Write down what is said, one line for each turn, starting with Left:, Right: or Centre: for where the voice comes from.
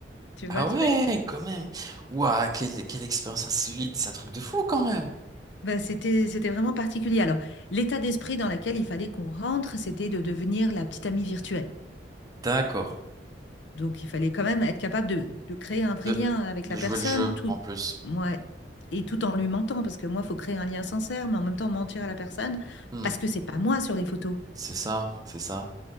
Left: Tu vois
Right: Ah
Left: le truc?
Right: ouais, quand même. Ouah, quelle, quelle expérience insolite. C'est un truc de fou quand même.
Left: Bah, c'était c'était vraiment particulier. Alors l'état d'esprit dans lequel il fallait qu'on rentre, c'était de devenir la petite amie virtuelle.
Right: D'accord.
Left: Donc, il fallait quand même être capable de, de créer un vrai
Right: De,
Left: lien avec
Right: de
Left: la
Right: jouer
Left: personne,
Right: le jeu
Left: tout,
Right: en plus.
Left: moi, et tout en lui mentant, parce que moi, il faut créer un lien sincère, mais en même temps mentir à la personne,
Right: Hmm.
Left: parce que c'est pas moi sur les photos.
Right: C'est ça, c'est ça.